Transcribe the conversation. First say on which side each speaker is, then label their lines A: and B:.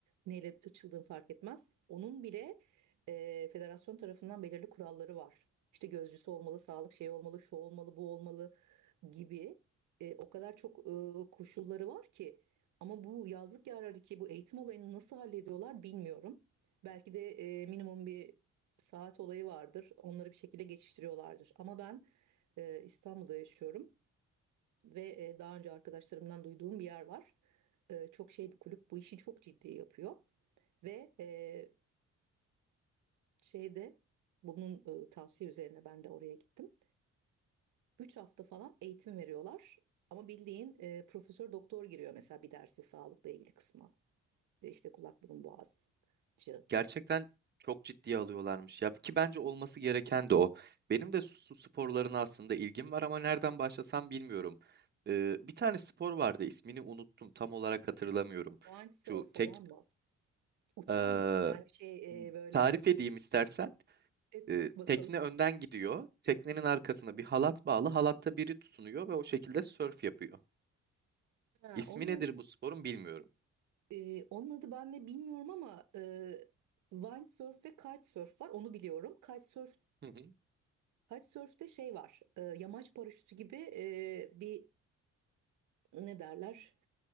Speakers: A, on the right; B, on the right.
A: Neyle açıldığın fark etmez. Onun bile e, federasyon tarafından belirli kuralları var. İşte gözcüsü olmalı, sağlık şeyi olmalı, şu olmalı, bu olmalı gibi. E, o kadar çok e, koşulları var ki ama bu yazlık yerlerdeki bu eğitim olayını nasıl hallediyorlar bilmiyorum. Belki de e, minimum bir saat olayı vardır. Onları bir şekilde geçiştiriyorlardır. Ama ben e, İstanbul'da yaşıyorum ve e, daha önce arkadaşlarımdan duyduğum bir yer var. E, çok şey bir kulüp bu işi çok ciddi yapıyor ve e, şeyde bunun e, tavsiye üzerine ben de oraya gittim. 3 hafta falan eğitim veriyorlar. Ama bildiğin e, profesör doktor giriyor mesela bir derse sağlıkla ilgili kısma. E, İşte kulak burun boğazcı.
B: gerçekten çok ciddiye alıyorlarmış ya ki bence olması gereken de o. Benim de su, su sporlarına aslında ilgim var ama nereden başlasam bilmiyorum. Ee, bir tane spor vardı ismini unuttum tam olarak hatırlamıyorum.
A: Windsurf
B: Şu
A: falan
B: tek
A: mı? Uçan
B: eee,
A: mı? Yani şey e, böyle
B: tarif edeyim istersen.
A: et
B: Ee,
A: bakalım.
B: tekne önden gidiyor. Teknenin arkasına bir halat bağlı. Halatta biri tutunuyor ve o şekilde sörf yapıyor.
A: Ha,
B: İsmi
A: onun,
B: nedir bu sporun bilmiyorum.
A: e, onun adı ben de bilmiyorum ama e, windsurf ve kitesurf var. Onu biliyorum. Kitesurf,
B: Hı hı.
A: kitesurf'te şey var. e, yamaç paraşütü gibi e, bir ne derler?